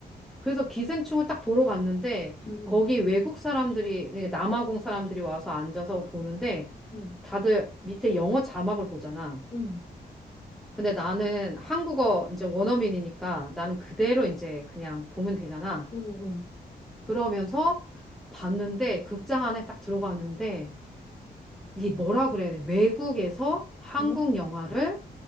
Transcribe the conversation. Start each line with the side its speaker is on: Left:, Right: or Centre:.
Centre: 그래서 기생충을 딱 보러 갔는데
Left: 응,
Centre: 거기
Left: 응,
Centre: 외국 사람들이 그러니까 남아공 사람들이 와서 앉아서 보는데
Left: 응,
Centre: 다들 밑에 영어 자막을 보잖아.
Left: 응,
Centre: 근데 나는 한국어 이제 원어민이니까 나는 그대로 이제 그냥 보면 되잖아.
Left: 응, 응,
Centre: 그러면서 봤는데 극장 안에 딱 들어갔는데 이 뭐라 그래야 돼? 외국에서 한국
Left: 응, 응.
Centre: 영화를